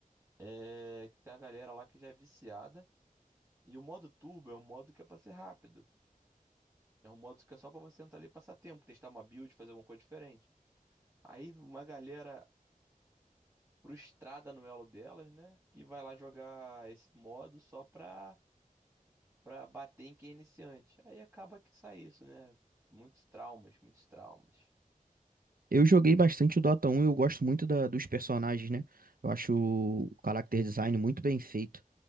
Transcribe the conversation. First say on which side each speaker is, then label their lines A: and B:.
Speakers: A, on the right; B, on the right.
A: é que tem a galera lá que já é viciada. E o modo turbo é um modo que é pra ser rápido. É um modo que é só pra você entrar ali e passar tempo, testar uma build, fazer alguma coisa diferente. Aí uma galera frustrada no elo delas, né? Que vai lá jogar esse modo só pra, pra bater em quem é iniciante. Aí acaba que sai isso, né? Muitos traumas, muitos traumas.
B: Eu joguei bastante o Dota 1 e eu gosto muito da- dos personagens, né? Eu acho o character design muito bem feito.